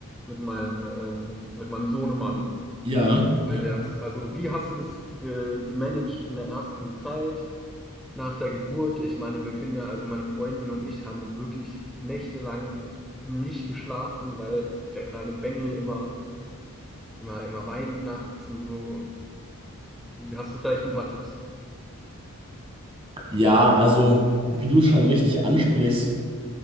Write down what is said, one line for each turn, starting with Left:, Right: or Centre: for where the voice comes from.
Centre: mit meinem, ähm, mit meinem Sohnemann,
Right: Ja,
Centre: weil
Right: ja.
Centre: der ist, also wie hast du das ge gemanagt in der ersten Zeit nach der Geburt? Ich meine, wir können ja, also meine Freundin und ich haben wirklich nächtelang nicht geschlafen, weil der kleine Bengel immer, immer, immer weint nachts und so. Wie, hast du vielleicht ein paar Tipps?
Right: Ja, also, wie du es schon richtig ansprichst.